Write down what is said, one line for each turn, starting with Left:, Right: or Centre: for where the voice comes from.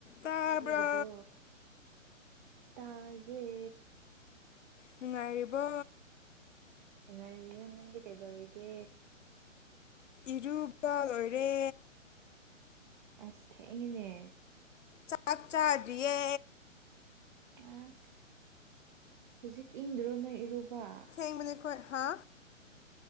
Left: ꯇꯥꯕ꯭ꯔꯣ
Right: ꯇꯥꯕꯤꯔꯔꯕꯣ ꯇꯌꯦ
Left: ꯅꯨꯡꯉꯥꯏꯔꯤꯕ
Right: ꯅꯨꯡꯉꯥꯏꯔꯤꯌꯦ ꯅꯪꯗꯤ ꯀꯩꯗꯧꯔꯤꯒꯦ
Left: ꯏꯔꯨꯕ ꯂꯣꯏꯔꯦ
Right: ꯑꯁ ꯊꯦꯡꯉꯤꯅꯦ
Left: ꯆꯥꯛ ꯆꯥꯗ꯭ꯔꯤꯌꯦ
Right: ꯑꯁ ꯍꯧꯖꯤꯛ ꯏꯪꯗ꯭ꯔꯣ ꯅꯣꯏ ꯏꯔꯨꯕ
Left: ꯏꯪꯕꯅꯦꯈꯣꯏ ꯍꯥ